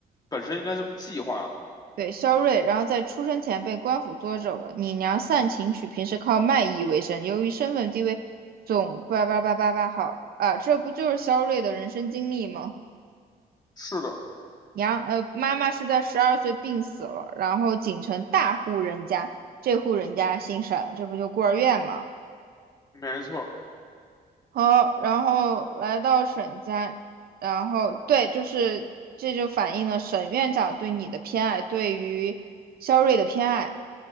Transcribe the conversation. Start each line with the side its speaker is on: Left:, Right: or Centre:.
Left: 本身应该这么计划的。
Right: 对，肖瑞，然后在出生前被官府捉走了。你娘善琴曲平时靠卖艺为生，由于身份地位，总叭叭叭叭叭好啊，这不就是肖瑞的人生经历吗？
Left: 是的，
Right: 娘，呃，妈妈是在十二岁病死了，然后锦城大户人家，这户人家姓沈，这不就孤儿院吗？
Left: 没错儿
Right: 好，然后来到沈家，然后对，就是这就反映了沈院长对你的偏爱，对于肖瑞的偏爱。